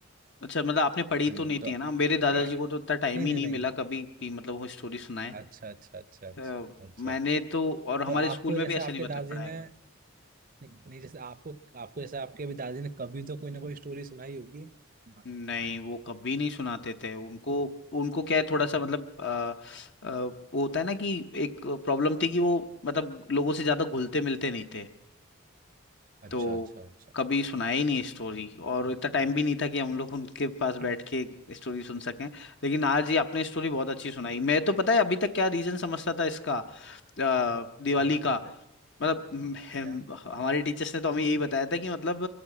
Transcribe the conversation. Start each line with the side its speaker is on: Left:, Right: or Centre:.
Left: अच्छा मतलब आपने पढ़ी
Right: हम्म,
Left: तो नहीं
Right: तो
Left: थी है ना मेरे दादाजी
Right: <coughs>
Left: को तो इतना
Right: नहीं
Left: टाइम ही
Right: नहीं
Left: नहीं
Right: नहीं
Left: मिला कभी कि मतलब वो स्टोरी सुनाए
Right: अच्छा अच्छा अच्छा अच्छा
Left: अ,
Right: अच्छा
Left: मैंने
Right: अच्छा
Left: तो और हमारे
Right: तो आपको
Left: स्कूल में
Right: जैसे
Left: भी ऐसे
Right: आपके
Left: नहीं बता
Right: दादाजी
Left: पढ़ाएगा
Right: ने नहीं, नहीं जैसे आपको आपको जैसे आपके अभी दादाजी ने कभी तो कोई ना कोई स्टोरी सुनाई होगी हाँ।
Left: नहीं वो कभी नहीं सुनाते थे उनको उनको क्या है थोड़ा सा मतलब अ, अ, वो होता है ना कि एक प्रॉब्लम थी कि वो मतलब लोगों से ज्यादा घुलते मिलते नहीं थे
Right: अच्छा
Left: तो
Right: अच्छा अच्छा
Left: कभी सुनाया ही नहीं स्टोरी और इतना टाइम भी नहीं था कि हम लोग उनके पास
Right: <coughs>
Left: बैठ के स्टोरी सुन सकें लेकिन आज ये आपने स्टोरी बहुत अच्छी सुनाई मैं तो पता है अभी तक क्या रीजन समझता था इसका अ, दिवाली
Right: हाँ हाँ
Left: का
Right: बताइए
Left: मतलब हम, हम-
Right: क्या
Left: हमारे टीचर्स ने तो हमें यही बताया था कि मतलब